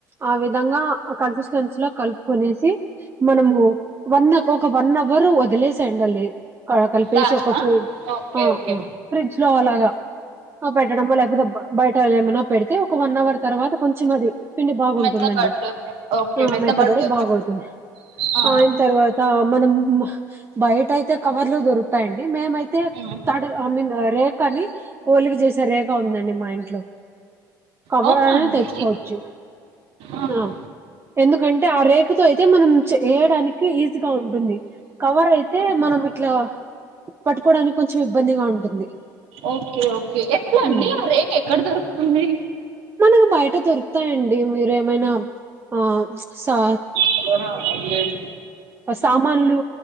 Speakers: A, on the right; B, on the right.
A: ఆ విధంగా ఆ కాన్సెంట్స్ లో కలుపుకొనేసే మనము వన్ ఒక్కొక వన్హవూరు వదిలేసే తెండాలి కా కలిపేసి
B: దానా
A: ఒక ఫ్రీ
B: ఓకే
A: ఆ
B: ఓకే
A: ఆ ఫ్రిడ్జ్ ట్లో అలాగా పెట్టడమో లేకపోతే బయట ఏమైనా పెడితే ఒక వన్ అవర్ తర్వాత కొం చెం మది పిండి బాగుంటుందండి
B: మెత్తబడుతుంది ఓకే
A: ఆ
B: మెత్తబడుతుంది
A: మెత్తబడి బాగవుతుంది
B: ఆ,
A: ఆయన తర్వాత మనం బయట అయితే కవర్లు దొరు తాయండి మేమయితే
B: ఉమ్.
A: తడ్ ఐ మీన్ రే కానీ ఓలికి చేసే రేఖ ఉందండి మా ఇంట్లో కవర్
B: అవునా
A: అయినా
B: అండి
A: తెచ్చు కోచ్చు
B: ఆహా,
A: హ ఎందు ఎంటే ఆ రేక్తో అయితే మనం చేయడానికి ఈజీగా ఉంటుంది కవర్ అయితే
B: ఆహా.
A: మనం ఇట్లా పట్టుకోవడానికి కొంచెం ఇబ్బందిగా ఉంటుంది
B: ఓకే ఓకే ఎట్లాండి
A: హ్మ్.
B: ఆ రేక ఎక్కడ దొరుకుతుంది
A: గా బయట దొరుకుతాయండి మీరేమైనా ఆ సా
B: సోనా అదిలేదు
A: సామాన్లు